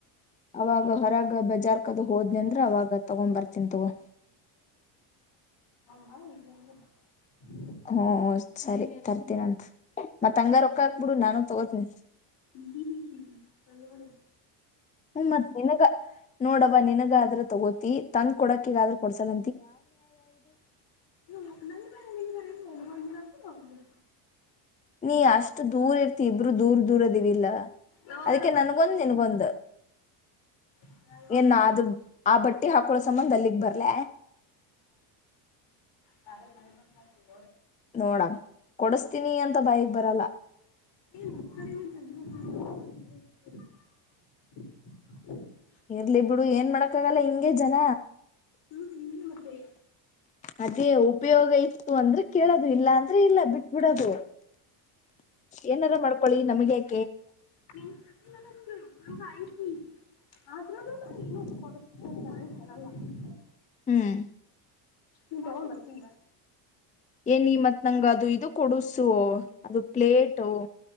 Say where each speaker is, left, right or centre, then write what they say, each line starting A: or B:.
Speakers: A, on the left (about 15°); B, on the left (about 60°).
A: ಅವಾಗ ಹೊರಗ ಬ ಬಜಾರ್ ಕದು ಹೋದ್ನ ಅಂದ್ರ ಅವಾಗ ತಗೊಬರ್ತಿನಿ ತಗೋ
B: ಹಾ ಇಲ್ಲ ಅಂದ್ರೆ ಬ
A: ಹ ಓ ಸರಿ ತರ್ತೀನಂತ ಮತ್ ಅಂಗಾರ್ ರೊಕ್ಕಾ ಹಾಕ್ಬಿಡು ನಾನು ತಗೋತಿನಿ
B: ಇ-ಇ-ಇ ಬಂದ್ಬಿಡು
A: ಹ್ಮ ಮತ್ತ್ ನಿನಗ ನೋಡವ ನಿನಗ ಅದ್ರ ತಗೋತಿ ತಂದ್ ಕೊಡಕ್ ಕಿಗೆ ಆದ್ರೆ ಕೊಡ್ಸಲ
B: ನ ಹನುಮಂದಿನಕ ನ ಒಂದಿನ
A: ನೀ ಅಷ್ಟು ದೂರ ಇರ್ತಿ ಇಬ್ರು ದೂರ ದೂರ ಲ್ಲ
B: ಯಾವಾಗಾರ
A: ಅದಕ್ಕೆ ನನ್ಗೊಂದ್ ನನ್ಗೊಂದ
B: ಬಂದ್ರೆ
A: ಏನ್ ಅ ಆ ಬಟ್ಟಿ ಹಾಕಳೋ ಸಂಬಂಧ ಅಲ್ಲಿಗ್ ಬರ ಲ್ಲ
B: ಹ ಯ್ರ ಮಳ ಬಂದಾದ್ರರು
A: ನೋಡ ಕೊಡಸ್ತೀನಿ ಅಂತ ಬಾಯಗ್ ಬರಲ್ಲ
B: ನಮ್ಮಕ
A: ಇರ್ಲಿ ಬಿಡು ಏನ್ ಮಾಡಕ್ಕ ಆಾಗಲ್ಲ ಹಿಂಗೆ ಜನ
B: ಹ್ಮ್ ನಿ ಮತ್ತೆ
A: ಅದೇ ಉಪಯೋಗ ಇತ್ತು ಅಂದ್ರೆ ಕೇಳದು ಇಲ್ಲ ಅಂದ್ರೆ ಇಲ್ಲ ಬಿಟ್ ಬಿಿಡದು ಏನಾರು ಮಾಡ್ಕೊಳ್ಳಿ ನಮ್ಗೆ ಈ
B: ಹ್ಮ್ ಇ ನನ್ಗೆ ಉಪಯೋಗ ಐತಿ ಆದ್ರೂ ನಗೆ ಏನ ಕೊಡ ಅಂತ ಹೇಳಲ್ಲ ಹ
A: ಹ್ಮ್
B: ನೀ ಪವಾನ್ ಬರ್ತೀ
A: ಏನ್ ಮತ್ ನಂಗ ಅದು ಇದು ಕೊಡಸು ಸ ಅದು ಪ್ಲೇಟು